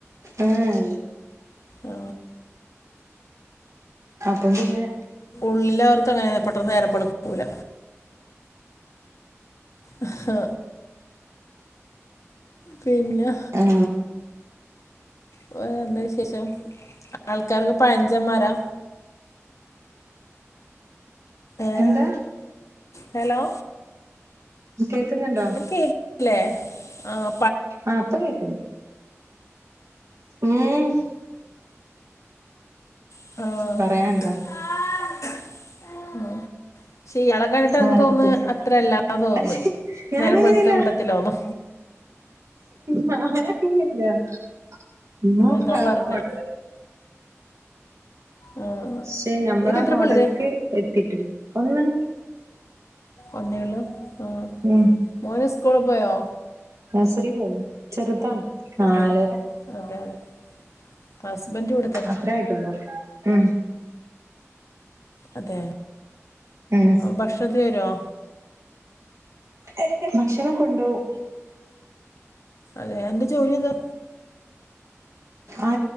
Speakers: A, on the right; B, on the left.
A: ഉം
B: ആ
A: അപ്പം പിന്നെ
B: ഉള്ളിലാവർക്കങ്ങനെണ് പെട്ടെന്ന് നേരമ്പെളുക്കൂല അഹ് പിന്നെ
A: ഉം
B: വേറന്ത വിശേഷം ആൾക്കാരൊക്കെ പഴഞ്ചന്മാരാ ഏഹ്
A: എന്താ
B: ഹലോ
A: കേക്കുന്നുണ്ടോ
B: അഹ് കേക്കല്ലേ ആഹ്
A: ആഹ് പ്പൊ കേക്ക്ണ്ട് ഉം
B: ആഹ്
A: പറയാണ്ടോ
B: ശേ യാളെ കണ്ടിട്ട്
A: ക്യാരക്ടർ
B: എനിക്ക് തോന്ന് അത്രല്ലാ തോന്ന്
A: പക്ഷെ ഞാനങ്ങനെയല്ല
B: നേരം വെളുത്ത കൂട്ടത്തിലോന്നോ
A: ഞാനങ്ങല്ല <unintelligible>
B: അതാ പറഞ്ഞേ ആ
A: ശേ നഞമ്മളാ
B: ഇയാൾക്ക് എത്ര
A: മോഡലക്ക്
B: പിള്ളേര്
A: എത്തിട്ടുില്ല ഒന്ന്
B: ഒന്നേള്ളൂ ആ
A: ഉം
B: മോന് സ്കൂള് പോയോ
A: നഴസറി പോണ്‌ ചെറുതാണ് നാലര
B: അതെ അതെ അതെ ഹസ്ബൻഡ ഇവിടു
A: അത്ര ആയിട്ടോള്ളൂ ഉം
B: അതെ
A: ഉം
B: ഭക്ഷണത്തി വരുമോ
A: ഏ ഭക്ഷണം കൊണ്ടോവും
B: അതെ എന്താ ജോലി എന്താ
A: ആ